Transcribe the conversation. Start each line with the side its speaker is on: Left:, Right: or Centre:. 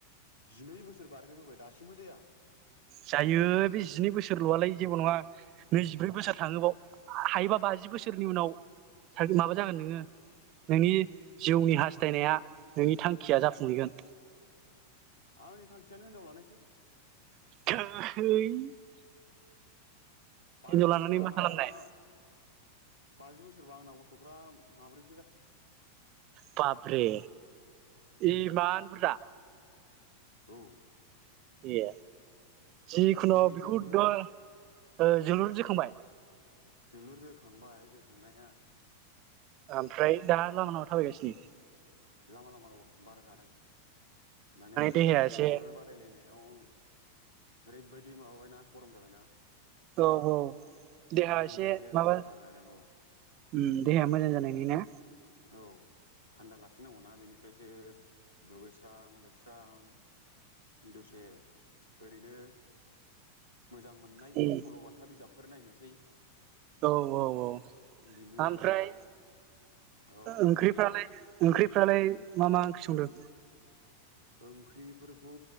Left: जिनै बोसोर बारह्रोबोबाय दासिमबो जाया
Right: जायो बे जिनै बोसोरल आलाय जेबो नङा नैजिब्रै बोसोर थाङोबाव हायोबा बाजि बोसोरनि उनाव माबा जागोन नोङो नोंनि जिउनि हास्थायनाया नोंनि थांखिया जाफुंहैगोन।
Left: आंनि थांखियानो हिनजाव लानायसो
Right: <unintelligible>
Left: बाजि
Right: हिनजाव लानानै
Left: बोसोरबा
Right: मा
Left: आंना
Right: खालामनाय
Left: गथआ। बाजि बोसोरबा आंना गथ'फ्रा माबोरै।
Right: बाप रे इमान बुरजा।
Left: औ।
Right: ए। जिखुनु
Left: बे
Right: बेखौथ
Left: जोलुर
Right: ओ जोलुर जोखांबाय।
Left: जोलुर जोखांबाय जोखांनाया
Right: ओमफ्राय दा लामा लामा थाबायगासिनो।
Left: लामा लामा औ बार जादों माने दहाय
Right: देहाया
Left: जोलुर
Right: एसे
Left: बादायलायनाय अं ओरैबायदि माबा बायना गरम जाबायना
Right: औ औ देहा
Left: बेनिखायनो
Right: एसे
Left: दा
Right: माबा ओ
Left: बार जादों औ
Right: देहाया मोजां जानाय बिदिनो
Left: औ थान्दा लाखिनांगौनाा बेनिफ्रायसो दुगैस्रां लोबस्रां दसे ओरैनो मोजां मोननाय
Right: उम
Left: सल'बाथा बिजाब। फोर नायनोसै।
Right: औ औ औ।
Left: बिनि
Right: आमफ्राय
Left: उनाव औ
Right: ओंख्रिफ्रालाय ओंख्रिफ्रालाय मा मा ओंख्रि संदों
Left: ओंख्रिफोरखौ